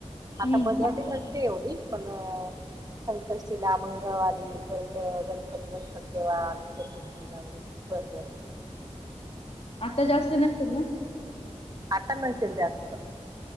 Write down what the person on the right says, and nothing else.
आता
मधी आधी नसते एवढी पण संकष्टीला म्हण. गवारी परत गणपती नसतात तेव्हा अनंत चतुर्थीला वगैरे खूप गर्दी असते.
आता नसेल जास्त.